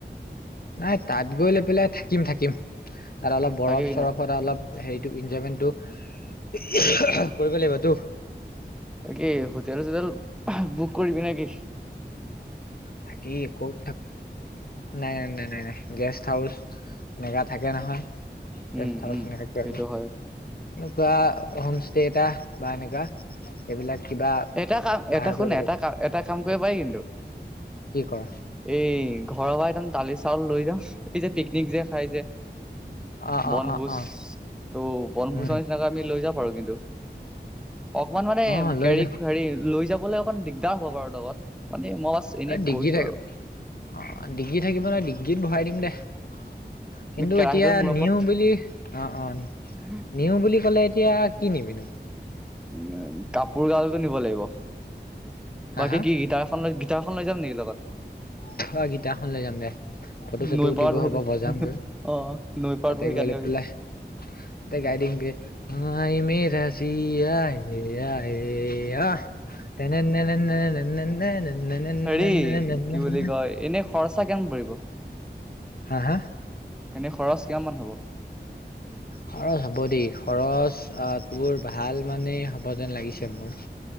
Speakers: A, on the left (about 55°); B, in the centre.
A: নাই তাত গৈ লৈ পেলাই থাকিম- থাকিম। তাত অলপ বৰফ
B: থাকিবি
A: - চৰফতে
B: ন
A: অলপ হেৰিতটো এনজয়মেন্টটো <unintelligible> কৰিব লাগিবতো
B: কি হোটেল চোটেল বুক কৰিবি নাকি
A: থাকি কত থাক নাই নাই নাই নাই নাই গেছ হাউচ এনেকা থাকে নহয় গেষ্ট
B: উম
A: হাউচ
B: উম
A: এনেকা কিবাকিবি
B: সেইটো হয়
A: বা হোম ষ্টে এটা বা এনেকুৱা এইবিলাক কিবা
B: এটা কাম
A: ভাড়া
B: এটা
A: কৰিব
B: শুন
A: লাগিব
B: এটা কাম এটা কাম কৰিব পাৰি কিন্তু
A: কি কৰ
B: এই ঘৰ বাইদান দালি চাউল লৈ যাওঁ এই যে পিকনিক যে খাই যে
A: অ
B: বনভোজ
A: অ অ অ
B: তো বনভোজৰ
A: উম
B: নিচিনাকে আমি লৈ যাম <unintelligible> কি অকমান মানে <unintelligible>
A: অ লৈ যা
B: হেৰি লৈ যাবলৈ অকমান দিগদাৰ হ'ব বাৰু লগত মানে মই বাছ এনেই
A: ডিগ্ৰী
B: কৈছো
A: থাক
B: আৰু
A: অ ডিগ্ৰী থাকিব নয় ডিগ্ৰীত ভৰাই দিম দেহ কিন্তু
B: আমি কেৰাহীটোৰ
A: এতিয়া
B: মূৰ
A: নিউ
B: ওপৰত
A: বুলি অ অ
B: উম,
A: নিউ বুলি ক'লে এতিয়া কি নিবিনো
B: উ কাপোৰ গালটো নিব লাগিব
A: হা
B: বাকী
A: হা
B: কি গিটাৰখনত গিতাৰখন লৈ যাম নেকি লগত
A: থ গীটাৰখন লৈ যাম দে ফটো চটো
B: নৈ
A: উঠিব
B: পাৰত বাহি
A: হ'ব
B: পছ
A: বজামগৈ
B: অ নৈ
A: তাতে
B: পাৰত বহি
A: গৈলে
B: গান গাবি
A: পেলাই তাতে গাই দিংমগে আই মে চি আ এয়া এয়াহ তেনে নে নে নে নেৰে নেন্নে নেন্নে
B: হেৰি
A: নেন্নে
B: কি বুলি
A: নে
B: কয় এনে খৰচা কেনে পৰিব?
A: হা হা
B: এনে খৰচ? কিমানমান হ'ব?
A: খৰচ হ'ব দেই খৰচ আহ, তোৰ ভাল মানে হ'ব যেন লাগিছে মোৰ।